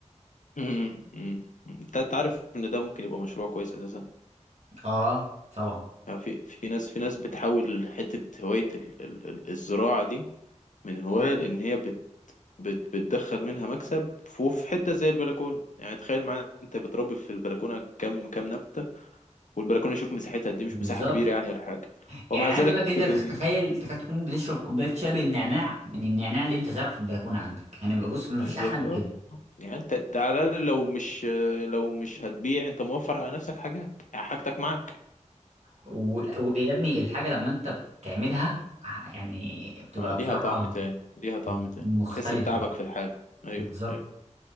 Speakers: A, on the left; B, on the right.
A: <laughs> امم امم انت أنت عارف ان ده ممكن يبقى مشروع كويس اساسا
B: <laughs> اه طبعا
A: آه، في في ناس في ناس بتحول حته هوايه ال- ال- ال- الزراعه دي من هوايه لان هي بت بت بتدخل منها مكسب في في حته زي البلكونه يعني تخيل معايا انت بتربي في البلكونه كم كم نبته والبلكونه يشوف مساحتها قد ايه مش
B: بالظبط
A: مساحه كبيره يعني ولا حاجه ومع
B: يعني
A: ذلك
B: عايز اقول لك ان
A: بي...
B: انت تخ- تخيل تخيل تكون بتشرب كوبايه شاي بالنعناع من النعناع اللي انت زرعه في البلكونه عندك يعني بص ما
A: بالظبط
B: فيش احلى من كده
A: اه يعني انت انت على الاقل لو مش لو مش هتبيع انت موفر على نفسك حاجات يعني حاجتك معاك
B: وال- ويا ابني الحاجه لما انت بتعملها ح- يعني بتبقى
A: اه ليها
B: بصراحه
A: طعم تاني ليها طعم تاني
B: مختلفه
A: تحس بتعبك في الحاجه ايوه
B: بالظبط
A: ايوه